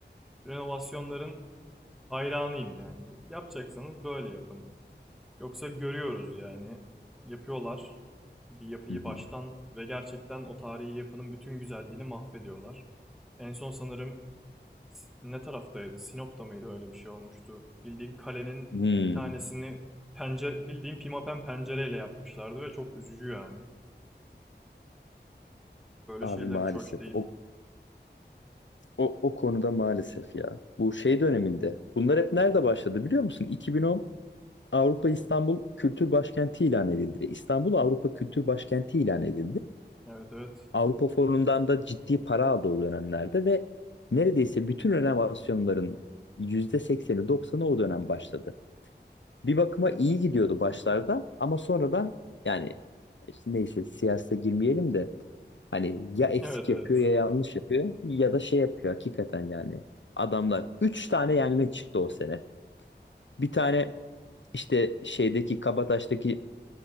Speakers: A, in the centre; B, on the left.
A: renovasyonların hayranıyım yani. Yapacaksanız böyle yapın. Yoksa görüyoruz yani. Yapıyorlar bir yapıyı
B: Hı hı.
A: baştan ve gerçekten o tarihi yapının bütün güzelliğini mahvediyorlar. En son sanırım ne taraftaydı? Sinop'ta mıydı öyle bir şey olmuştu? Bildiğin kalenin
B: Hmm.
A: bir tanesini pencere bildiğin pimapen pencereyle yapmışlardı ve çok üzücü yani. Böyle
B: Abi
A: şeyler
B: maalesef.
A: hiç hoş değil.
B: O, o, o konuda maalesef ya. Bu şey döneminde. Bunlar hep nerede başladı biliyor musun? 2010 Avrupa İstanbul Kültür Başkenti ilan edildi. İstanbul Avrupa Kültür Başkenti ilan edildi.
A: Evet evet.
B: Avrupa Fonu'ndan da ciddi para aldı o dönemlerde ve neredeyse bütün renovasyonların %80'i 90'ı o dönem başladı. bir bakıma iyi gidiyordu başlarda ama sonradan yani işte neyse siyasete girmeyelim de hani ya eksik
A: Evet evet.
B: yapıyor ya yanlış yapıyor ya da şey yapıyor hakikaten yani. Adamlar 3 tane yangın çıktı o sene. Bir tane işte şeydeki Kabataş'taki